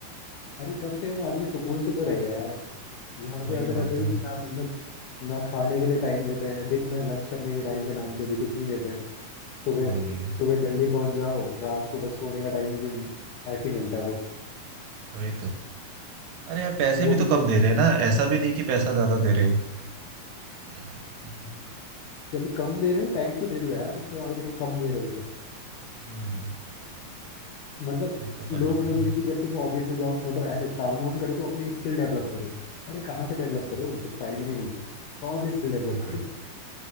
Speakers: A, on the left; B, on the right.
A: अरे कम से कम आदमी सुकून से तो रहेगा यार यहाँ तो
B: वही
A: ऐसा
B: बात
A: रहता है
B: है
A: कि क्या मतलब ना खाने के लिए टाइम देते हैं दिन में लंच करने के टाइम के नाम पे भी कुछ नहीं देते हैं सुबह
B: वही
A: सुबह जल्दी पहुंच जाओ रात को बस सोने का टाइम भी ऐसे ही मिलता है बस
B: वही तो अरे यार पैसे
A: वो
B: भी
A: भी
B: तो कम
A: तो
B: दे रहे हैं ना ऐसा भी नहीं कि पैसा ज्यादा दे रहे हो क्या बताऊं।
A: चलो कम दे रहे हो टाइम तो दे दो यार कम से कम अगर तुम कम दे रहे हो तो
B: हम्म
A: मतलब
B: वही तो
A: लोग
B: करना
A: बोलते
B: पड़ेगा
A: हैं कि जब तुम ऑफिस में जाओ मतलब ऐसे काम वाम करो तो अपनी स्किल डेवलप करो अरे कहाँ से डेवलप करो जब टाइम ही नहीं मिलता कौन सी स्किल डेवलप
B: वही
A: करो
B: तो